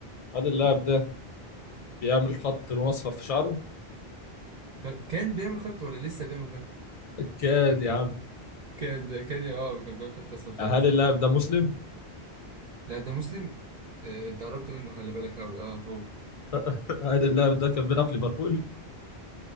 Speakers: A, on the left; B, on the right.
A: هل اللاعب ده بيعمل خط لون اصفر في شعره
B: ف- كان بيعمل خط ولا لسه بيعمل خط
A: كان يا عم
B: كان كان اه كان بيعمل خط أصلا فعلا
A: هل
B: فعلا
A: اللاعب ده مسلم
B: لا ده مسلم آه، أنت قربت منه خلي بالك أوي اه هو
A: <laughs> هل اللاعب ده كان بيلعب في ليفربول